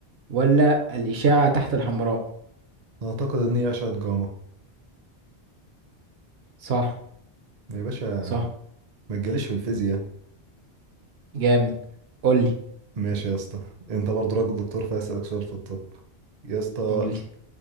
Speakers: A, on the right (about 70°); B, on the right (about 45°).
A: ولا الاشعة تحت الحمراء
B: اعتقد ان هي اشعة جاما
A: صح
B: يا باشا
A: صح
B: ما تجيليش في الفيزياء
A: جامد قول لي
B: ماشي يا اسطى انت برضو راجل دكتور فاسألك سؤال في الطب يا اسطى
A: قول لي